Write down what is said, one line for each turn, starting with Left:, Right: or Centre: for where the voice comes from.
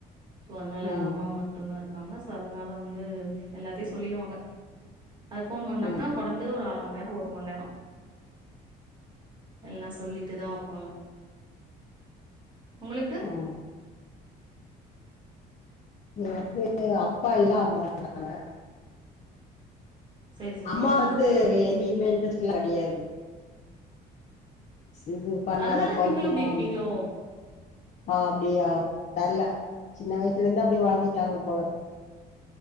Right: சோ அதனால
Left: ம்
Right: அம்மா மட் ட்டுதா இருக்காங்க சோ அதனால வந்து எல்லாத்தையு சொல்லிருவாங்க அத ஃபோன் பண்ணாங்கன்னா
Left: ம்
Right: கொறஞ் ஞ்சது ஒரு அரை மண் நேரோ ஒரு மண் நேரோ எல்லா சொல்லிட்டு தா வப்பாங்க உங்களுக்கு
Left: ம் எனக்கு அப்பா இல்ல அம்மா இருக்காங்க
Right: செரி செரி
Left: அம்மா
Right: ம்
Left: வந்து எதுலயுமே இன்ட்ரெஸ்ட்லா கிடையாது இது பண்ணு
Right: அதனாலதா
Left: அத பண்ணுண்லா
Right: நீங்களு இப்டி இருக்கீங்களோ
Left: ஒண்ணு ஆ அப்டியா தர்ல சின்ன வயசுல இருந்து அப்டியே வளத்திட்டாங்க போல